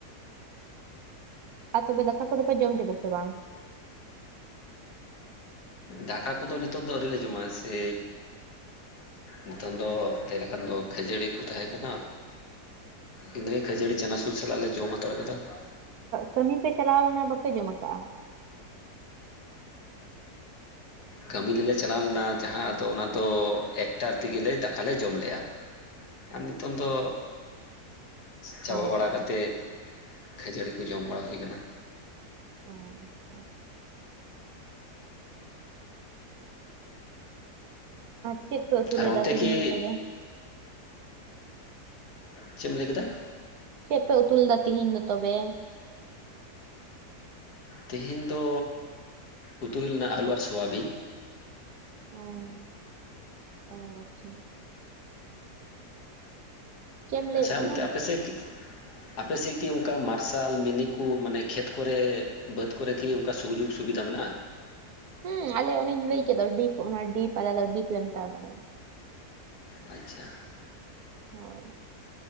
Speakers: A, on the right; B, on the left.
A: ᱟᱨ ᱛᱚᱵᱮ ᱫᱟᱠᱟ ᱠᱚᱫᱚ ᱯᱮ ᱡᱚᱢ ᱠᱮᱫᱟ ᱥᱮ ᱵᱟᱝ?
B: ᱫᱟᱠᱟ ᱠᱚᱫᱚ ᱱᱤᱛᱚᱜ ᱫᱚ ᱟᱹᱣᱨᱤ ᱞᱮ ᱡᱚᱢᱟ, ᱥᱮ ᱱᱤᱛᱚᱝ ᱫᱚ ᱞᱟᱹᱭ ᱞᱮᱠᱷᱟᱱ ᱫᱚ ᱠᱷᱟᱹᱡᱟᱹᱲᱤ ᱠᱚ ᱛᱟᱦᱮᱸ ᱠᱟᱱᱟ ᱾ ᱤᱱᱟᱹ ᱠᱷᱟᱹᱡᱟᱹᱲᱤ ᱪᱟᱱᱟᱥᱩᱨ ᱥᱟᱞᱟᱜ ᱞᱮ ᱡᱚᱢ ᱦᱟᱛᱟᱲ ᱠᱟᱫᱟ ᱾
A: ᱠᱟᱹᱢᱤ ᱯᱮ ᱪᱟᱞᱟᱣ ᱞᱮᱱᱟ ᱵᱟᱯᱮ ᱡᱚᱢᱟ ᱠᱟᱜᱼᱟ?
B: ᱠᱟᱹᱢᱤ ᱨᱮᱞᱮ ᱪᱟᱞᱟᱣ ᱞᱮᱱᱟ ᱡᱟᱦᱟᱸ ᱟᱫᱚ ᱚᱱᱟ ᱫᱚ ᱮᱠᱴᱟ ᱛᱮ ᱜᱮᱞᱮ ᱫᱟᱠᱟ ᱞᱮ ᱡᱚᱢ ᱞᱮᱜᱼᱟ ᱾ ᱟᱨ ᱱᱤᱛᱚᱝ ᱫᱚ ᱪᱟᱵᱟ
A: ᱦᱳᱭ
B: ᱵᱟᱲᱟ
A: ᱦᱳᱭ
B: ᱠᱟᱛᱮ ᱠᱷᱟᱹᱡᱟᱹᱲᱤ ᱠᱚ ᱡᱚᱢ ᱵᱟᱲᱟ ᱦᱩᱭ ᱠᱟᱱᱟ ᱾
A: <unintelligible> ᱟᱨ ᱪᱮᱫ ᱯᱮ ᱩᱛᱩ
B: ᱟᱨ
A: ᱞᱮᱫᱟ
B: ᱚᱱᱛᱮ
A: ᱛᱮᱦᱮᱧ
B: ᱠᱤ
A: ᱜᱟᱯᱟ ᱫᱚ?
B: ᱪᱮᱫ ᱮᱢ ᱞᱟᱹᱭ ᱠᱮᱫᱟ?
A: ᱪᱮᱫ ᱯᱮ ᱩᱛᱩ ᱞᱮᱫᱟ ᱛᱤᱦᱤᱧ ᱫᱚ ᱛᱚᱵᱮ?
B: ᱛᱮᱦᱮᱧ ᱫᱚ ᱩᱛᱩ ᱦᱩᱭ ᱞᱮᱱᱟ ᱟᱹᱞᱩ ᱟᱨ ᱥᱚᱣᱟᱵᱤᱱ ᱾
A: ᱚ, ᱚ ᱟᱪᱪᱷᱟ ᱾ ᱪᱮᱫ ᱮᱢ ᱞᱟᱹᱭᱮᱫ
B: ᱟᱪᱪᱷᱟ,
A: ᱛᱟᱦᱮᱱᱟ
B: ᱚᱱᱛᱮ ᱟᱯᱮ ᱥᱮᱫ ᱟᱯᱮ ᱥᱮᱫ ᱠᱤ ᱚᱱᱠᱟ ᱢᱟᱨᱥᱟᱞ, ᱢᱤᱱᱤ ᱠᱚ ᱢᱟᱱᱮ ᱠᱷᱮᱛ ᱠᱚᱨᱮ ᱵᱟᱹᱫᱽ ᱠᱚᱨᱮ ᱠᱤ ᱚᱱᱠᱟ ᱥᱩᱡᱚᱜᱽ ᱥᱩᱵᱤᱫᱷᱟ ᱢᱮᱱᱟᱜᱼᱟ?
A: ᱦᱮᱸ, ᱟᱞᱮ ᱚᱱᱮᱧ ᱞᱟᱹᱭ ᱠᱮᱫ ᱰᱤᱯ ᱚᱱᱟ ᱰᱤᱯ ᱟᱞᱮ ᱫᱚ ᱰᱤᱯ ᱞᱮ ᱢᱮᱛᱟᱜᱼᱟ ᱚᱱᱟ ᱫᱚ ᱾
B: ᱟᱪᱪᱷᱟ ᱾
A: ᱦᱳᱭ ᱾